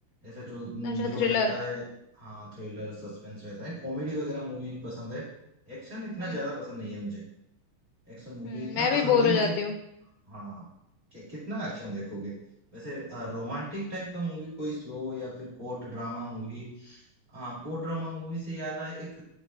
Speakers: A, on the right (about 30°); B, on the left (about 80°).
A: ऐसा जो
B: अच्छा
A: जो
B: थ्रिलर
A: रहता है हाँ थ्रिलर सस्पेंस रहता है कॉमेडी वगैरह मूवी भी पसंद है एक्शन इतना
B: हम्म
A: ज्यादा पसंद नहीं है मुझे एक्शन मूवी
B: हम्म
A: इतना
B: मैं
A: पसंद
B: भी बोर
A: नहीं है
B: हो
A: लेकिन
B: जाती हूँ
A: हाँ कि, कितना एक्शन देखोगे वैसे रोमांटिक टाइप का मूवी कोई स्लो या फिर कोर्ट ड्रामा मूवी हाँ कोर्ट ड्रामा मूवी से याद आया एक